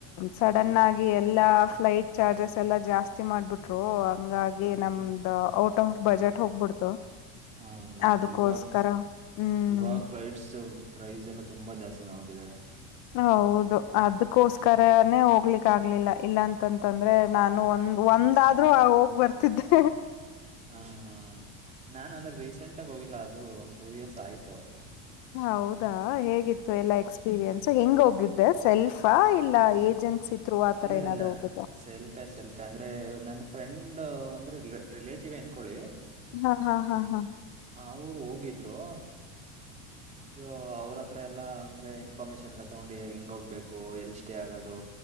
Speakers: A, on the left; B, on the right.
A: ಸಡನ್ ಆಗಿ ಎಲ್ಲಾ ಫ್ಲಟ್ ಚಾರ್ಜಸ್ ಎಲ್ಲಾ ಜಾಸ್ತಿ ಮಾಡ್ಬಿಟ್ರು ಹಂಗಾಗಿ ನಮ್ದ್
B: ಹ
A: ಔಟ್ ಆಫ್ ಬಜೆಟ್ ಹೋಗ್ಬಿಡ್ತು
B: ಹೌದೌದು
A: ಅದಕ್ಕೋಸ್ಕರ
B: ಇವಾಗ
A: ಹ್ಮ್
B: ಇವಾಗ ಫ್ಲಟ್ಸ್ ಪ್ರಸ್ ಎಲ್ಲಾ ತುಂಬಾ ಜಾಸ್ತಿ ಮಾಡ್ಬಿಟ್ಟಿದ್ದಾರೆ
A: ಹೌದು ಅದಕೋಸ್ಕರನೇ
B: ಹ್ಮ್.
A: ಹೋಗ ಹೋಗ್ಲಿಕ್ ಆಗ್ಲಿಲ್ಲ ಇಲ್ಲ ಅಂತಂತಂದ್ರೆ ನಾನು ಒಂದ್ ಒಂದಾದ್ರೂ ಹೋಗ್ ಬರ್ತಿದ್ದೆ
B: ಹ ಹಾ ನಾನ್ ಅಂದ್ರೆ ರೀಸೆಂಟ್ ಆಗ ಹೋಗಿಲ್ಲ ಅದು ಒಂದ್ ಟೂ ಇಯರ್ಸ್ ಆಯ್ತು
A: ಹೌದಾ ಹೇಗಿತ್ತು ಎಲ್ಲಾ ಎಕ್ಸ್ಪೀರಿಯನ್ಸ್ ಹೆಂಗ ಹೋಗಿದ್ದೆ ಸೆಲ್ಫ್ ಬ ಇಲ್ಲ ಏಜೆನ್ಸಿ ತ್ರೂ ಆತರ
B: ಇಲ್ಲ
A: ಏನಾದ್ರು
B: ಇಲ್ಲ
A: ಹೋಗಿದ್ದ
B: ಸೆಲ್ಫ ಸೆಲ್ಫ ಅಂದ್ರೆ ನನ್ನ ಫ್ರೆಂಡ್ ಅಂದ್ರೆ ರಿಲೇಟಿವ್ ನ್ಕೊಳ್ಳಿ
A: ಹಾ ಹಾ ಹಾ ಹಾ
B: ಅವರು ಹೋಗಿದ್ರು ಸೊ ಅವ್ರತ್ರ ಎಲ್ಲಾ ಅಂದ್ರೆ ಇನ್ಫಾರ್ಮೇಶನ್ ಎಲ್ಲ ತಗೊಂಡಿ ಹೆಂಗ ಹೋಗ್ಬೇಕು ಎಲ್ ಸ್ಟೇ ಆಗದು